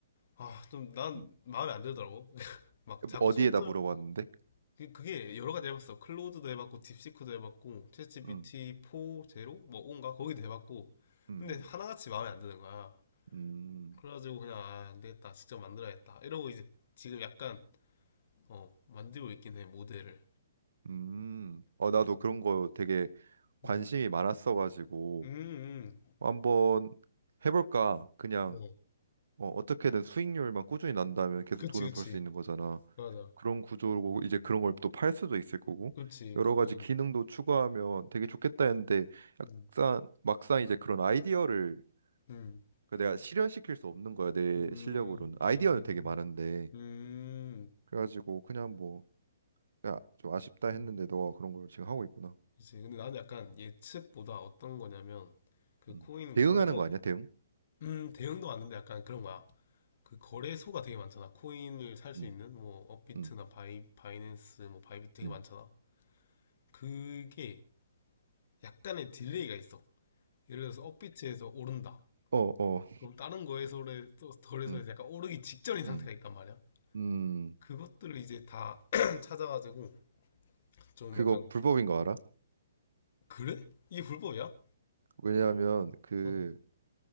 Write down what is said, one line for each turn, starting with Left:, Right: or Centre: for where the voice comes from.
Left: 아, 좀, 난
Right: 음.
Left: 마음에 안 들더라고. <laughs> 막, 자꾸
Right: 어디에다
Left: 손절,
Right: 물어봤는데?
Left: 그- 그게 여러 가지 해봤어. 클로드도 해봤고, 딥시크도 해봤고, 챗 GPT
Right: 음,
Left: 4, 제로? 뭐, 온가? 거기도 해봤고.
Right: 음,
Left: 근데 하나같이 마음에 안 드는 거야.
Right: 음, 음.
Left: 그래가지고 그냥, 아, 안 되겠다. 직접 만들어야겠다. 이러고 이제 지금 약간, 어, 만들고 있긴 해, 모델을.
Right: 음. 어, 나도 그런 거 되게 관심이
Left: 음,
Right: 많았어가지고
Left: 음,
Right: 한번 해볼까? 그냥
Left: 음. 어.
Right: 어, 어떻게든 수익률만 꾸준히 난다면 계속
Left: 그치,
Right: 돈을
Left: 그치.
Right: 벌 수 있는 거잖아.
Left: 맞아.
Right: 그런 구조고 이제 그런 걸 또 팔 수도 있을 거고
Left: 그치,
Right: 여러
Left: 그거.
Right: 가지 기능도 추가하면 되게 좋겠다 했는데
Left: 음,
Right: 약간 막상 이제 그런 아이디어를
Left: 음,
Right: 그 내가 실현시킬 수 없는 거야 내
Left: 음,
Right: 실력으로는 아이디어는
Left: 음,
Right: 되게 많은데
Left: 음.
Right: 그래가지고 그냥 뭐 야, 좀 아쉽다 했는데
Left: 음.
Right: 너가 그런 걸 지금 하고 있구나.
Left: 그치. 근데 나는 약간 예측보다 어떤 거냐면, 그
Right: 음.
Left: 코인
Right: 대응하는
Left: 거래소,
Right: 거 아니야, 대응?
Left: 음, 대형도 왔는데 약간 그런 거야. 그 거래소가 되게 많잖아. 코인을 살 수
Right: 음,
Left: 있는 뭐 업비트나
Right: 음,
Left: 바이 바이낸스 뭐 바이비트 되게
Right: 음.
Left: 많잖아. 그게 약간의 딜레이가 있어. 예를 들어서 업비트에서 오른다.
Right: 어, 어,
Left: 그럼 다른 거래소에 또 거래소에서
Right: 음,
Left: 약간 오르기 직전인 상태가
Right: 음,
Left: 있단 말이야.
Right: 음.
Left: 그것들을 이제 다 <clears throat> 찾아가지고 좀
Right: 그거
Left: 약간
Right: 불법인 거 알아?
Left: 그래? 이게 불법이야?
Right: 왜냐하면 그
Left: 어.